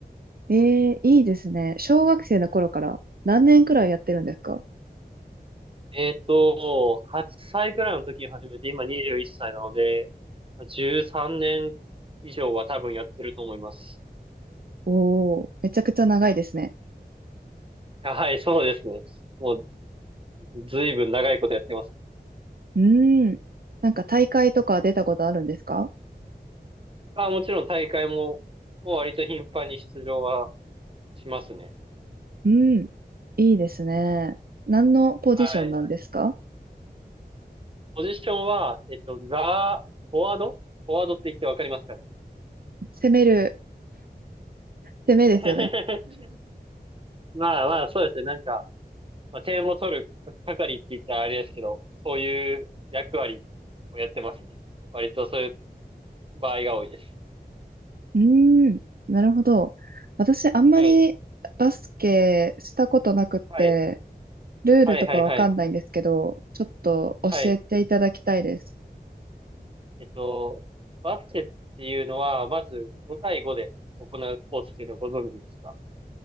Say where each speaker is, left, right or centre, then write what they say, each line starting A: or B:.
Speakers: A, on the right (about 65°); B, on the right (about 30°).
A: ええいいですね。小学生の頃から何年くらいやってるんですか
B: えっと、8歳くらいの時に始めて、今21歳なので、13年以上は多分やってると思います。
A: おおー、めちゃくちゃ長いですね。
B: はい、はいそうですね。もうずいぶん長いことやってます。
A: うーん。なんか大会とか出たことあるんですか
B: あ、もちろん大会も、もう割と頻繁に出場はしますね。
A: うん。いいですね。何のポジションなんですか
B: はい。ポジションは、えっと、ザ、フォワードフォワードって言ってわかりますかね。
A: 攻める、攻めですよね。
B: <laughs> まあまあ、そうですね。なんか、まあ、点を取る係って言ったらあれですけど、そういう役割をやってますね。割とそういう場合が多いです。
A: うーん。なるほど。私あんまりバスケしたことなくって、
B: はい。はい。
A: ルールとかわかんないんですけど、
B: はいはいはい。
A: ちょっと教えていただきたいです。
B: はい。えっと、バスケっていうのは、まず5対5で行うスポーツっていうのをご存知ですか